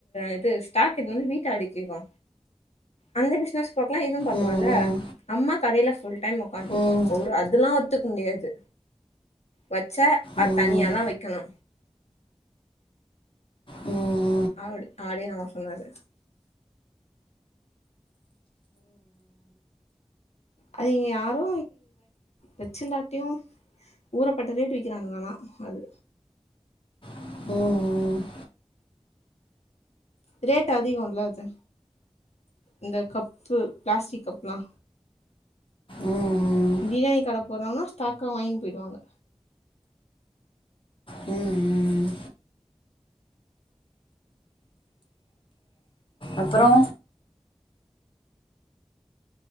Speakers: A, on the left; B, on the left.
A: இத ஷ்டாக் இருக்குபோது நீட்டா அடிக்கிறோ அந்த பிஷினஸ் பாக்லா இது அதுனால
B: ம்
A: அம்மா கடயில ஃபுல் டைம் உக்காந்து இருப்பாங்க
B: ம்
A: ஒரு அதுல்லா ஒத்து க முடியாது வச்சா அது
B: ம் ம்
A: தனியா தா வக்கணு
B: ம்
A: அப்டி ஆடினு அவசொன்னாறு அது நீங்க யாரு வெச்சு இல்லாட்டியு ஊறப்பட்ட ரேட்டு விக்கிறாங்க ஆனா அது
B: ம் ம்
A: ரேட் அதிகல அது இந்த கப் பு பிளாஸ்டிக் கப்லா
B: ம்
A: பிரியாணி கட போறவகனா ஸ்டாக்கா வாங்கி போயி்டுவாங்க
B: ம் ம் அப்பறோ